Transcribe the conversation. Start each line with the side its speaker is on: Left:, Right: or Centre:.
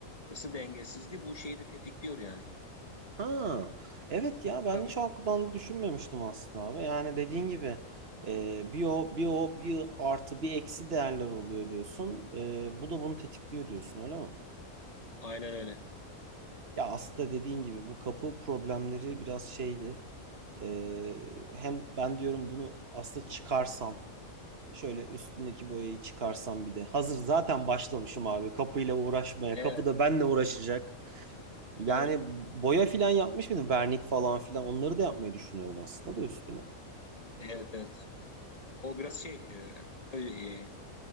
Left: ısı dengesizliği bu şeyi de tetikliyor yani.
Right: Ha, evet ya ben
Left: Tabii.
Right: hiç o açıdan düşünmemiştim aslında abi. Yani dediğin gibi e, bir o bir o bir artı bir eksi değerler oluyor diyorsun. E, bu da bunu tetikliyor diyorsun öyle mi?
Left: Aynen öyle.
Right: Ya aslında dediğin gibi bu kapı problemleri biraz şeydi. E, hem ben diyorum bunu aslında çıkarsam şöyle üstündeki boyayı çıkarsam bir de hazır zaten başlamışım abi kapıyla uğraşmaya
Left: Evet,
Right: kapı da benle uğraşacak. Yani
Left: evet,
Right: boya filan yapmış mıydım? Vernik falan filan onları da yapmayı düşünüyorum aslında da üstüne.
Left: evet, evet. O biraz şey e, tabii e,